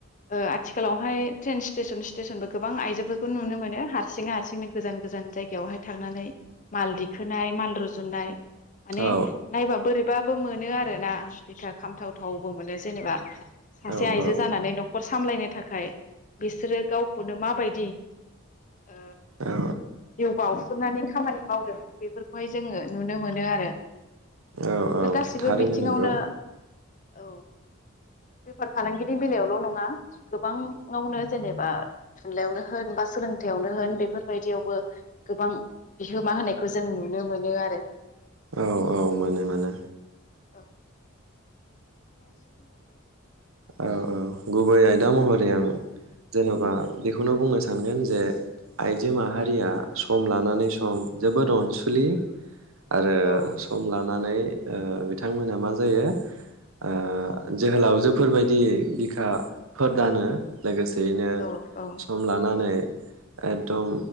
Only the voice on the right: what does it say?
औ
औ
औ
औ औ
थारैनो
नंगौ
औ औ मोनो मोनो
औ औ गुबै आय दा महरै आं जेन'बा बेखौनो बुंनो सानगोन जे आइजो माहारिया सम लानानै सम जोबोद अनसुलि। आरो
सम लानानै ओ बिथांमोना मा जायो? ओ
जोहोलावजो फोरबायदि बिखा फोरदानो लोगोसे दिनो
सम लानानै एकदम